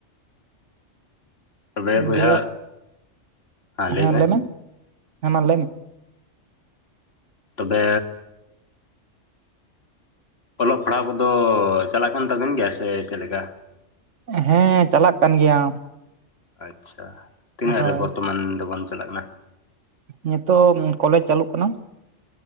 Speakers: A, on the left; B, on the right.
A: ᱛᱚᱵᱮ ᱵᱚᱭᱦᱟ
B: ᱫᱮ
A: ᱞᱟᱹᱭ
B: ᱦᱮᱸ
A: ᱢᱮ
B: ᱞᱟᱹᱭᱢᱮ, ᱦᱮᱸ ᱢᱟ ᱞᱟᱹᱭ ᱢᱮ?
A: ᱛᱚᱵᱮᱼᱼ ᱚᱞᱚᱜ ᱯᱟᱲᱦᱟᱣ ᱠᱚᱫᱚ ᱪᱟᱞᱟᱜ ᱠᱟᱱ ᱛᱟᱵᱮᱱ ᱜᱮᱭᱟ ᱥᱮ ᱪᱮᱫ ᱞᱮᱠᱟ?
B: ᱦᱮᱸ ᱪᱟᱞᱟᱜ ᱠᱟᱱ ᱜᱮᱭᱟ᱾
A: ᱟᱪᱷᱟ ᱛᱤᱱᱟᱹᱜ
B: ᱦᱳᱭ
A: ᱨᱮ ᱵᱚᱨᱛᱚᱢᱟᱱ ᱫᱚᱵᱚᱱ ᱪᱟᱞᱟᱜ ᱠᱟᱱᱟ?
B: ᱱᱤᱛᱚᱜ ᱠᱚᱞᱮᱡ ᱪᱟ. ᱞᱩᱜ ᱠᱟᱱᱟ ᱾